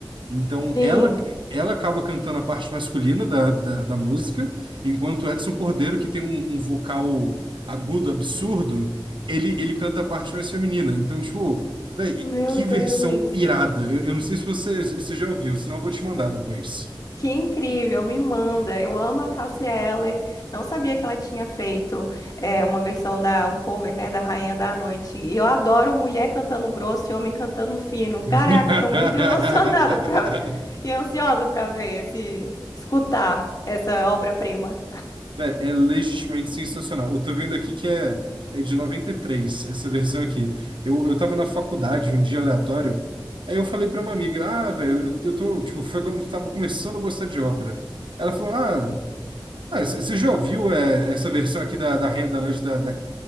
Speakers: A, on the right; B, on the left.
A: Então,
B: Sim,
A: ela, ela acaba cantando a parte masculina da, da, da música, enquanto o Edson Cordeiro, que tem um, um vocal agudo, absurdo, ele, ele canta a parte mais feminina. Então, tipo, véi,
B: meu
A: que
B: Deus.
A: versão irada. Eu, eu não sei se você, se você já ouviu, senão eu vou te mandar depois.
B: Que incrível, me manda. Eu amo a Cássia Eller. Não sabia que ela tinha feito é, uma versão da um cover, né, da Rainha da Noite. E eu adoro mulher cantando grosso e homem cantando fino. Caraca,
A: <laughs>
B: tô muito <laughs> emocionada pra... e ansiosa para ver esse escutar essa obra-prima.
A: Vé, É legitimamente sensacional. Eu tô vendo aqui que é, é de 93 essa versão aqui. Eu, eu tava na faculdade um dia aleatório, aí eu falei pra uma amiga, ah, velho, eu, eu tô, tipo, foi quando eu tava começando a gostar de ópera. Ela falou, ah, ah, c- você já ouviu é, essa versão aqui da, da Rainha da Noite da, da,